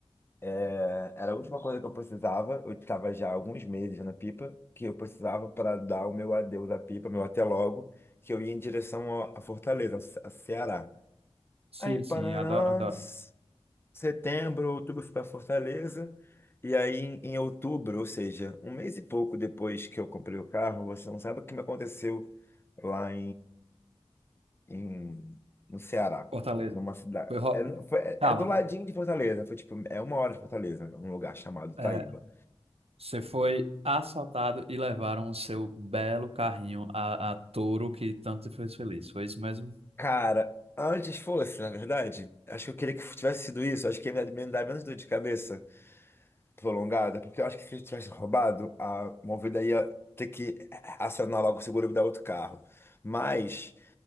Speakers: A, on the left; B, on the right.
A: É, era a última coisa que eu precisava. Eu estava já há alguns meses na pipa, que eu precisava para dar o meu adeus à pipa, meu até logo, que eu ia em direção ao- à Fortaleza, ao Ce- a Ceará.
B: Sim,
A: Aí, Panará,
B: sim, adoro, adoro.
A: setembro, outubro, eu fui para Fortaleza. E aí, em, em outubro, ou seja, um mês e pouco depois que eu comprei o carro, você não sabe o que me aconteceu lá em, no Ceará,
B: Fortaleza.
A: numa cidade.
B: Foi ro...
A: É, no- foi- é-
B: Calma.
A: é do ladinho de Fortaleza, foi tipo, é uma hora de Fortaleza, um lugar chamado Taíba.
B: é, Você foi assaltado e levaram o seu belo carrinho a, a touro que tanto te fez feliz. Foi isso mesmo?
A: Cara, antes fosse, na verdade, acho que eu queria que tivesse sido isso, acho que ia me me dar menos dor de cabeça prolongada, porque eu acho que se ele tivesse roubado, a Movida ia ter que acionar logo o seguro e me dar outro carro. Mas